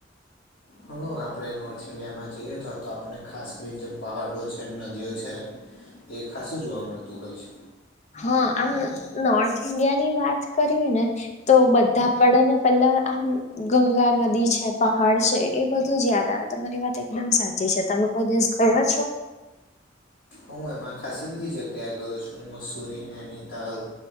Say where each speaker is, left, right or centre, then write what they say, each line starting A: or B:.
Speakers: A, on the left; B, on the left.
A: હ આપણે નોર્થ ઇન્ડિયામાં જઈએ તો તો આપણે ખાસ કરીને જે પહાડો છે નદીઓ છે, તે ખાસું જોવા મળતું હોય છે.
B: હા આમ નોર્થ ઈન્ડિયા ની વાત કરીએ ને. તો બધા પડે ને પેલા આમ ગંગા નદી છે પહાડ છે એ બધું જ યાદ આવે. તમારી વાત એકદમ સાચી છે તમે કોઈ દિવસ ગયા છો?
A: હું એમાં ખાસી બધી જગ્યાએ ગયો છું મસૂરી નૈનીતાલ.